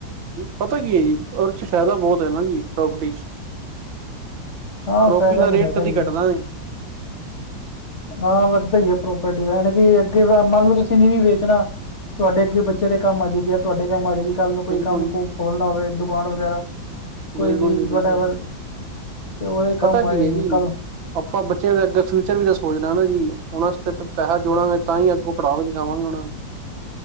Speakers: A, on the right; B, on the left.
A: ਪਤਾ ਕੀ ਹੈ ਜੀ ਉਹਦੇ ਚ ਫਾਇਦਾ ਬਹੁਤ ਹੈ ਨਾ ਜੀ ਪ੍ਰੋਪਰਟੀ ਚ
B: ਹਾਂ
A: ਪ੍ਰੋਪਰਟੀ
B: ਫਾਇਦਾ
A: ਦਾ
B: ਤਾਂ
A: ਰੇਟ
B: ਹੈਗਾ
A: ਕਦੀ
B: ਹੀ ਹੈ
A: ਘੱਟਦਾ ਨੀ।
B: ਹਾਂ ਵੱਧਦਾ ਹੀ ਹੈ ਪ੍ਰੋਪਰਟੀ ਦਾ ਯਾਨੀ ਕਿ ਅੱਗੇ ਮੰਨ ਲਓ ਤੁਸੀਂ ਨੀ ਵੀ ਵੇਚਣਾ ਤੁਹਾਡੇ ਅੱਗੇ ਬੱਚਿਆਂ ਦੇ ਕੰਮ ਆ ਜਾਏਗੀ ਤੁਹਾਡੇ ਕੰਮ ਆਏਗੀ ਕੱਲ ਨੂੰ ਕੋਈ
A: ਬਿਲਕੁਲ
B: ਕੰਮ ਕੁਮ ਖੋਲਣਾ ਹੋਵੇ ਦੁਕਾਨ ਵਗੈਰਾ। ਕੋਈ
A: ਬਿਲਕੁਲ
B: ਵੀ
A: ਜੀ ਬਿਲਕੁਲ
B: ਵਟ ਐਵਰ ਤੇ ਉਹਦੇ ਕੰਮ
A: ਪਤਾ
B: ਆ
A: ਕੀ
B: ਜਾਂਦੇ
A: ਜੀ
B: ਹੈ ਕੱਲ
A: ਆਪਾਂ ਬੱਚਿਆਂ ਦੇ ਅੱਗੇ ਫਿਊਚਰ ਵੀ ਤਾਂ ਸੋਚਨਾ ਹ ਨਾ ਡਾਜੀ ਉਹਨਾਂ ਪੈਸਾ ਜੋੜਾਂਗੇ ਤਾਂ ਹੀ ਅੱਗੋਂ ਪੜਾਵਾ ਲਿਖਾਗੇ ਉਹਨਾਂ ਨੂੰ।